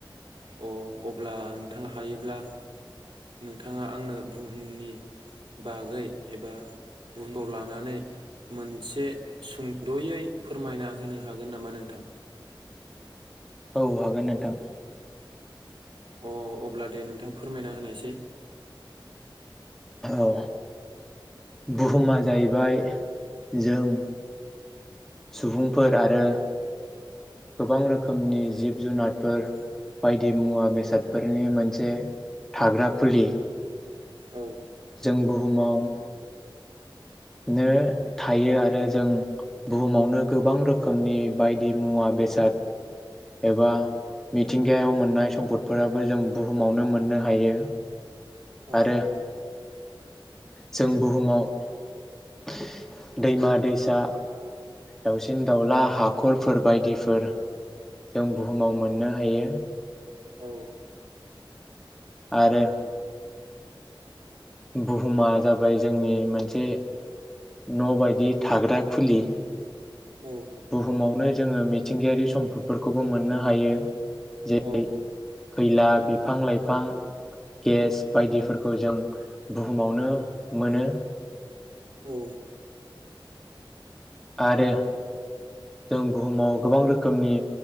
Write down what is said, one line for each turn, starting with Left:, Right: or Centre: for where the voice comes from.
Right: अ अब्ला नोंथाङा हायोब्ला नोंथाङा आंनो बुहुमनि बागै एबा बुहुमाव लानानै मोनसे सुंद'यै फोरमायना होनो हागोन नामा नोंथां
Centre: औ हागोन नोंथां
Right: अ अब्ला दे नोंथां फोरमायना होनायसाय
Centre: औ बुहुमा जाहैबाय जों सुबुंफोर आरो गोबां रोखोमनि जिब जुनारफोर बायदि मुवा बेसादफोरनि मोनसे थाग्रा खुलि
Right: औ
Centre: जों बुहुमाव नो थायो आरो जों बुहुमावनो गोबां रोखोमनि बायदि मुवा बेसाद एबा मिथिंगायाव मोननाय सम्पदफोराबो जों बुहुमावनो मोननो हायो
Right: औ
Centre: आरो जों बुहुमाव दैमा दैसा दाउसिन दाउला हाखरफोर बायदिफोर जों बुहुमाव मोननो हायो
Right: औ
Centre: आरो बुहुमा जाबाय जोंनि मोनसे न' बायदि थाग्रा खुलि
Right: औ
Centre: बुहुमावनो जोङो मिथिंगायारि सम्फदफोरखौबो मोननो हायो जे
Right: औ
Centre: खैला बिफां लाइफां गेस बायदिफोरखौ जों बुहुमावनो मोनो
Right: औ
Centre: आरो जों बुहुमाव गोबां रोखोम खोमनि